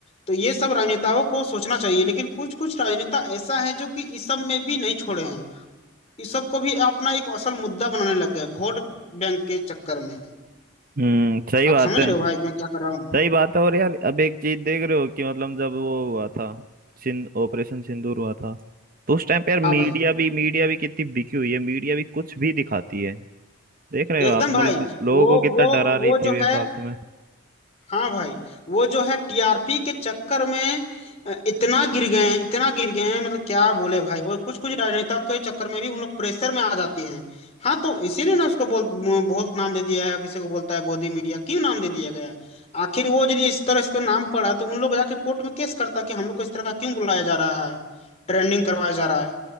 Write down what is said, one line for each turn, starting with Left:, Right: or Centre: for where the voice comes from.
Left: तो ये सब राजनेताओं को सोचना चाहिए लेकिन कुछ कुछ राजनेता ऐसा है जो कि इस सब में भी नहीं छोड़े हैं इस सब को भी अपना एक असल मुद्दा बनाने लगे हैं, वोट बैंक के चक्कर में
Right: हम्म सही
Left: आप
Right: बात
Left: समझ
Right: है
Left: रहे हो भाई मैं क्या कर रहा हूँ
Right: सही बात है और यार अब एक चीज देख रहे हो कि मतलब जब वो हुआ था सिंध ऑपरेशन सिंदूर हुआ था तो उस टाइम पे यार मीडिया
Left: हाँ भाई
Right: भी मीडिया भी कितनी बिकी हुई है मीडिया भी कुछ भी दिखाती है देख रहे हो
Left: एकदम
Right: आप मतलब
Left: भाई
Right: लोगों
Left: वो
Right: को कितना
Left: वो
Right: डरा रही
Left: वो
Right: थी
Left: जो
Right: बेफालतू
Left: है
Right: में
Left: हाँ भाई वो जो है टीआरपी के चक्कर में अ, इतना गिर गए हैं इतना गिर गए हैं मतलब क्या बोले भाई और कुछ कुछ राजनेता के चक्कर में भी उन लोग प्रेशर में आ जाते हैं हाँ तो इसीलिए ना उसको बोल म- बहुत नाम दे दिया है किसी को बोलता है गोदी मीडिया क्यों नाम दे दिया गया है आखिर वो यदि इस तरह इसका नाम पड़ा तो उन लोग जाके कोर्ट में केस करता कि हम लोग को इस तरह का क्यों बुलाया जा रहा है ट्रेंडिंग करवाया जा रहा है